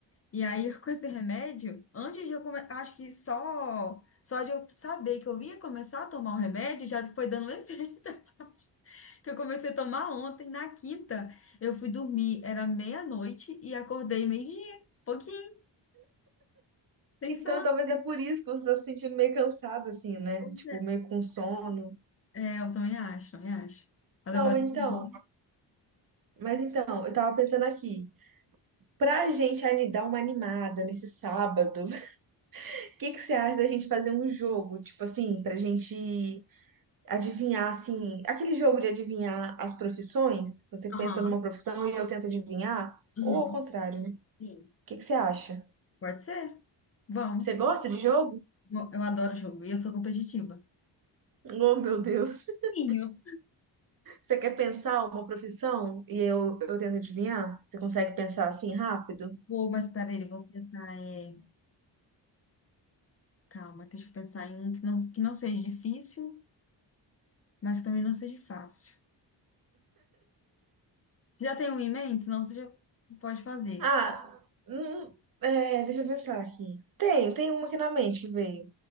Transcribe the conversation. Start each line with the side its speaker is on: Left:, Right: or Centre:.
Left: E aí, <laughs> com esse remédio, antes de eu começar, acho que só só de eu saber que eu ia começar a tomar o remédio, já foi dando um efeito, <laughs> que eu comecei a tomar ontem, na quinta. Eu fui dormir, era meia-noite e acordei meio-dia, pouquinho, sem
Right: Então,
Left: sono.
Right: talvez é por isso que você tá se sentindo meio cansada, assim, né?
Left: Pois
Right: Tipo, meio com sono.
Left: É, É, eu também acho, também acho. Mas
Right: Não,
Left: agora
Right: então.
Left: eu tô dormindo.
Right: Mas então, eu tava pensando aqui, pra gente ani- dar uma animada nesse sábado, <laughs> o que que você acha da gente fazer um jogo, tipo assim, pra gente adivinhar assim, aquele jogo de adivinhar as profissões? Você
Left: Aham,
Right: pensa numa profissão e eu tento adivinhar,
Left: uhum.
Right: ou ao contrário, né? O
Left: Sim.
Right: que que você acha?
Left: Pode ser? Vamos.
Right: Você gosta de jogo?
Left: Eu eu adoro jogo e eu sou competitiva.
Right: Oh, meu Deus. <laughs>
Left: Sim, eu
Right: Você quer pensar uma profissão e eu, eu tento adivinhar? Você consegue pensar assim rápido?
Left: Vou, mas peraí, eu vou pensar. é, Calma, deixa eu pensar em um que não, que não seja difícil, mas que também não seja fácil. Você já tem um em mente? Senão você já pode fazer.
Right: Ah, hum, é, deixa eu pensar aqui. Tem, tem uma aqui na mente que veio.